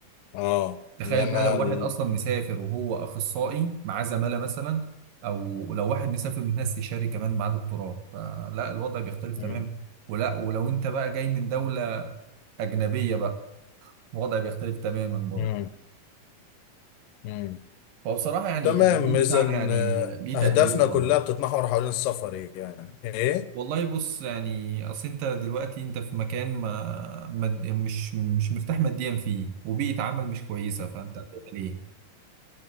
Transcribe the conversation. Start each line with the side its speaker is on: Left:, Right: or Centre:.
Left: اه انما
Right: بقى لو واحد
Left: ال...
Right: أصلا مسافر وهو أخصائي معاه زمالة مثلا أو لو واحد مسافر من هنا استشاري كمان معاه دكتوراه فلا الوضع بيختلف
Left: مم.
Right: تماما ولا ولو أنت بقى جاي من دولة أجنبية بقى الوضع بيختلف تماما برضه
Left: مم. مم.
Right: فبصراحة يعني
Left: تمام
Right: المجال بتاعنا
Left: اذا
Right: يعني
Left: آه،
Right: ليه
Left: اهدافنا
Right: تقديره برضه
Left: كلها بتتمحور حوالين السفر يعني ايه
Right: والله بص يعني اصل انت دلوقتي انت في مكان ما مد... مش مش مرتاح ماديا فيه وبيئة عمل مش كويسة فانت هتعمل ايه؟